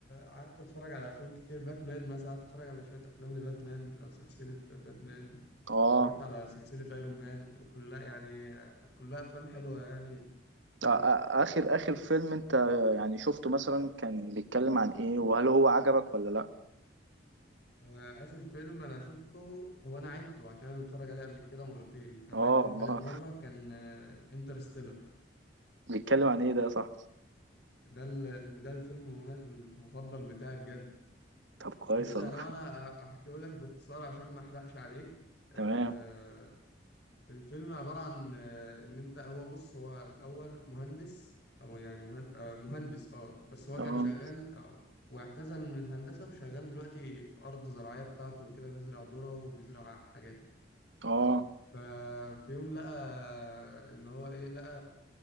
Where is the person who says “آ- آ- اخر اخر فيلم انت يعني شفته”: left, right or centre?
Right